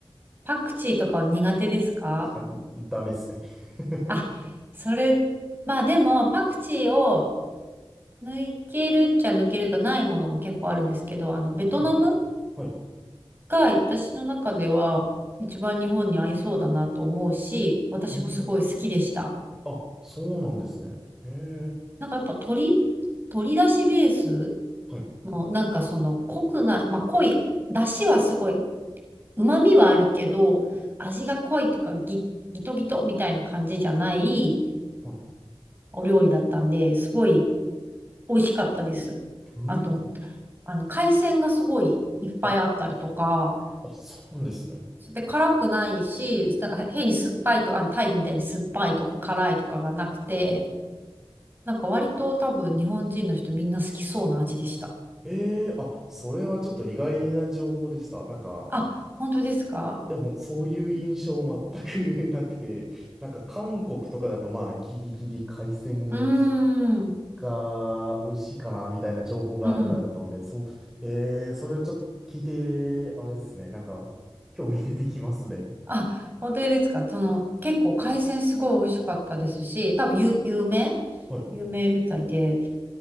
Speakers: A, on the right; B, in the centre.
A: パクチーとかは苦手ですか
B: あ、ダメっすね。<laughs>
A: あ、それ、まあでも、パクチーを抜けるっちゃ抜けるとかないものも結構あるんですけど、あの、ベトナム
B: はい、<laughs> はい。
A: が私の中では一番日本に合いそうだなと思うし、私もすごい好きでした。
B: うーん、あ、そうなんですね。へえ、
A: なんかやっぱ鶏、鶏だしベース
B: はい、
A: のなんかその濃くない、まあ濃い、だしはすごい、旨味はあるけど、味が濃いとかギ、ギトギトみたいな感じじゃない
B: はい。う
A: お料理だったんで、すごい美味しかったです。
B: ーん、
A: あと、あの海鮮がすごいいっぱいあったりとか、
B: あ、あ、そうなんですね。
A: で、辛くないし、なんか変に酸っぱいと、あの、タイみたいに酸っぱいとか辛いとかがなくて、なんか割と多分日本人の人みんな好きそうな味でした。
B: ええあ、それはちょっと意外な情報でした。なんか、
A: あ、本当ですか
B: でもそういう印象全く <laughs> なくて、なんか韓国とかだとまあギリギリ海鮮
A: うーん、
B: が美味しいかなみたいな情報があるぐらいだったんで、
A: うん。
B: そう、ええそれをちょっと聞いて、あれですね、なんか興味出てきますね。
A: あ、本当ですかその、結構海鮮すごい美味しかったですし、多分有、有名
B: はい。
A: 有名みたいで、